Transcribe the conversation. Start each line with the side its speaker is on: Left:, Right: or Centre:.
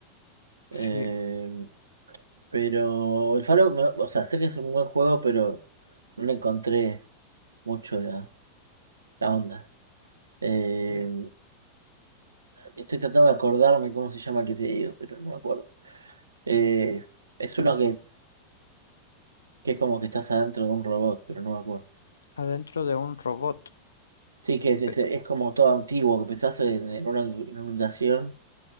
Left: Sí,
Right: Eh, Pero el Faro, me- o sea, sé que es un buen juego, pero no le encontré mucho la, la onda. Eh,
Left: Sí,
Right: estoy tratando de acordarme cómo se llama el que te digo, pero no me acuerdo. Eh, es uno que, que es como que estás adentro de un robot, pero no me acuerdo.
Left: adentro de un robot.
Right: Sí, que es, es-
Left: Pe-
Right: es como todo antiguo, que pensás en, en una inu- inundación,